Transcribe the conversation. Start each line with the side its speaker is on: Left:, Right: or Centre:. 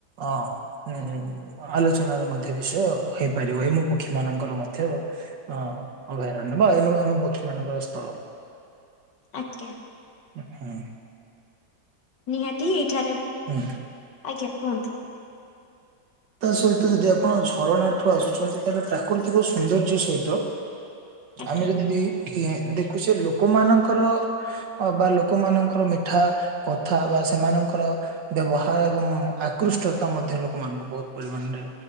Right: ଅଁ ଉଁ ଆଲୋଚନାର ମଧ୍ୟ ବିଷୟ ହେଇପାରିବ ଏମି ପକ୍ଷୀ ମାନଙ୍କର ମଧ୍ୟ ଅ ଅଭୟାରଣ୍ୟ ବା ଏନୋବା ଆମ ପକ୍ଷୀମାନଙ୍କର ସ୍ଥଳ।
Left: ଆଜ୍ଞା।
Right: ଉଁହୁଁ।
Left: ନିହାତି ଏଇଠାରେ
Right: ହୁଁ
Left: ଆଜ୍ଞା କୁହନ୍ତୁ?
Right: ତା ସହିତ ଯଦି ଆପଣ ଝରଣା ଠୁ ଆସୁଛନ୍ତି ତାହେଲେ ପ୍ରାକୃତିକ ସୌନ୍ଦର୍ଯ୍ୟ ସହିତ।
Left: ଆଜ୍ଞା
Right: ଆମେ ଯଦି ନେ ଦେଖୁଛେ ଲୋକମାନଙ୍କର ଅବା ଲୋକମାନଙ୍କର ମିଠା କଥା ହବା ସେମାନଙ୍କର ବ୍ୟବହାର ଏବଂ ଆକୃଷ୍ଟତ ତା ମଧ୍ୟ ଲୋକମାନଙ୍କୁ ବହୁତ ପରିମାଣରେ